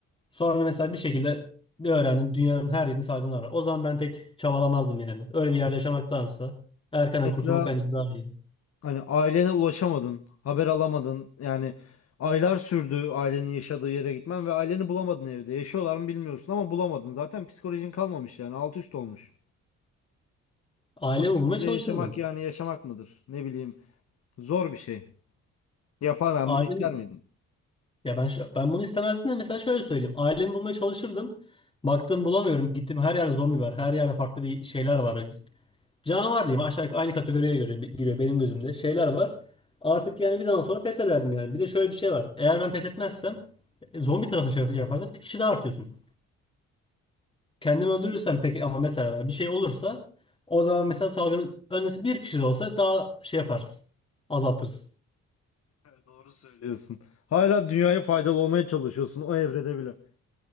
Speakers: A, on the left; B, on the left.
A: Sonra mesela bir şekilde bir öğrendin dünyanın her yerinde salgınlar var. O zaman ben pek çabalamazdım yani. Öyle bir yerde yaşamaktansa erkenden
B: Mesela
A: kurtulmak bence daha iyi.
B: hani ailene ulaşamadın, haber alamadın. Yani aylar sürdü ailenin yaşadığı yere gitmen ve aileni bulamadın evde. Yaşıyorlar mı bilmiyorsun ama bulamadın. Zaten psikolojin kalmamış yani alt üst olmuş.
A: Ailemi
B: O şekilde
A: bulmaya çalışırdım.
B: yaşamak yani yaşamak mıdır? Ne bileyim zor bir şey. Yapar ben
A: Ailemi
B: bunu ister miydim?
A: ya ben şu- ben bunu istemezdim de mesela şöyle söyleyeyim. Ailemi bulmaya çalışırdım. Baktım bulamıyorum. Gittim her yerde zombi var. Her yerde farklı bir şeyler var. Canavar diyeyim aşağı yukarı aynı kategoriye göre giriyor benim gözümde. Şeyler var. Artık yani bir zaman sonra pes ederdim yani. Bir de şöyle bir şey var. Eğer ben pes etmezsem e, zombi tarafı şey yapardım. Bir kişi daha artıyorsun. Kendimi öldürürsem peki ama mesela bir şey olursa o zaman mesela salgın önlemesi bir kişi de olsa daha şey yaparsın. Azaltırsın.
B: Doğru söylüyorsun. Hala dünyaya faydalı olmaya çalışıyorsun o evrede bile.